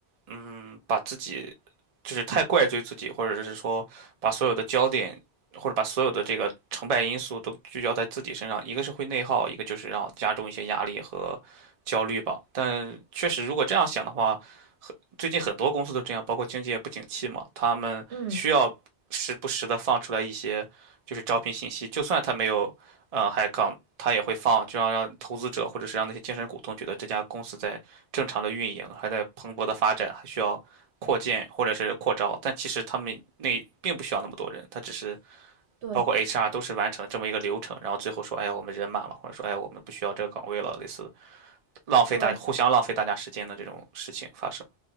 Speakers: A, on the right; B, on the right.
A: 嗯，把自己就是太怪罪自己，或者是说把所有的焦点或者把所有的这个成败因素都聚焦在自己身上，一个是会内耗，一个就是让加重一些压力和焦虑吧。但确实，如果这样想的话，最近很多公司都这样，包括经济也不景气嘛，他们需要时不时的放出来一些就是招聘信息，
B: 嗯，
A: 就算他没有呃 h e a 他也会放，就要让投资者或者是让那些精神股东觉得这家公司在正常的运营，还在蓬勃的发展，还需要扩建或者是扩招，但其实他们那并不需要那么多人，他只是
B: 对
A: 包括 HR 都是完成这么一个流程，然后最后说，哎呀，我们人满了，或者说，哎呀，我们不需要这个岗位了，类似浪费大互相浪费大家时间的这种事情发生。
B: 对，